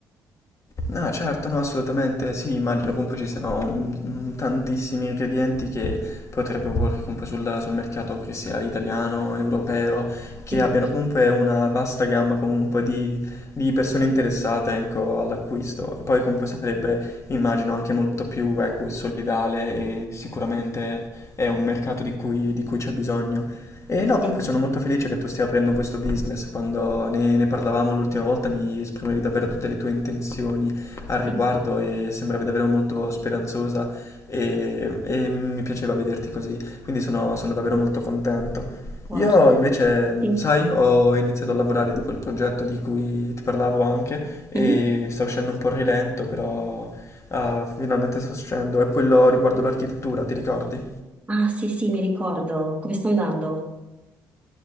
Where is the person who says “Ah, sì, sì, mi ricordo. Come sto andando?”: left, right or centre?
Right